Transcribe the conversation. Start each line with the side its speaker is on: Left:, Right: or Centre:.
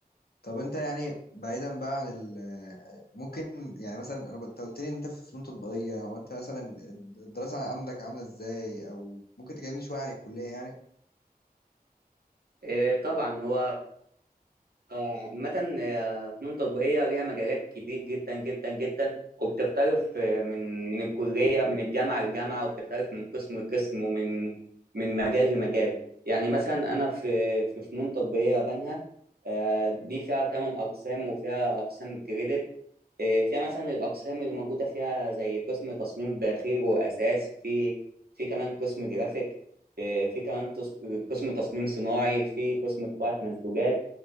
Left: طب انت يعني بعيدا بقى عن ال ممكن يعني مثلا انا انت قلت لي ان انت في فنون تطبيقية هو انت مثلا الدراسة عندك عاملة ازاي او ممكن تكلمني شوية عن الكلية يعني
Right: آه، طبعا هو آه، عامة آه، فنون تطبيقية ليها مجالات كتير جدا جدا جدا وبتختلف آه، من من الكلية من الجامعة للجامعة وبتختلف من قسم لقسم ومن من مجال لمجال يعني مثلا أنا في في فنون تطبيقية بنها آه، دي فيها ثمان أقسام وفيها أقسام كريدت إيه، فيها مثلا الأقسام اللي موجودة فيها زي قسم تصميم داخلي وأساس في في كمان قسم جرافيك إيه، في كمان تص- قسم تصميم صناعي في قسم طباعة منسوجات